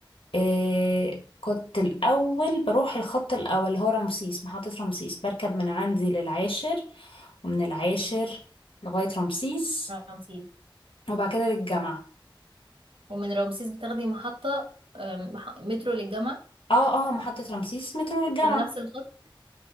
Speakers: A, on the left; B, on the right.
A: آه كنت الأول بروح الخط الأول اللي هو رمسيس محطة رمسيس بركب من عندي للعاشر ومن العاشر لغاية رمسيس
B: رمسيس
A: وبعد كده للجامعة
B: ومن رمسيس بتاخدي محطة أم، مح- مترو للجامعة
A: اه اه محطة رمسيس مترو
B: وكان
A: للجامعة
B: نفس الخط